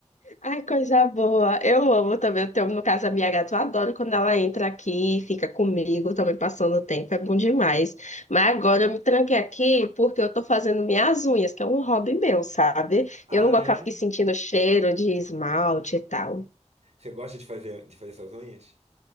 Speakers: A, on the left; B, on the right.
A: Ai, coisa boa. Eu amo também. Eu tenho, no caso, a minha gata, eu adoro quando ela entra aqui, fica comigo, também passando o tempo, é bom demais. Mas agora eu me tranquei aqui porque eu tô fazendo minhas unhas, que é um hobby meu, sabe?
B: Ah,
A: Eu não gosto
B: é?
A: de ficar aqui sentindo cheiro de esmalte e tal.
B: Você gosta de fazer de fazer suas unhas?